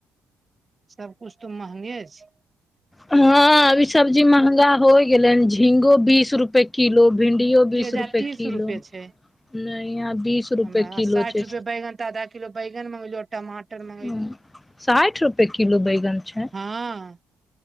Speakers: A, on the right; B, on the left.
A: सबकुछु तऽ महंगे छै
B: हँ अभ सब्जी महंगा हो गेले हन झींगो बीस रुपए किलो भिंडियो बीस
A: तेजा
B: रुपए
A: तीस
B: किलो
A: रुपए छै
B: नहि अहाँ बीस रुपए
A: हमरा आ
B: किलो
A: साठि
B: छै
A: रुपए बैगन आधा किलो बैगन मंगलिय टमाटर मगैलिय
B: साठि रुपए किलो बैगन छै
A: हँ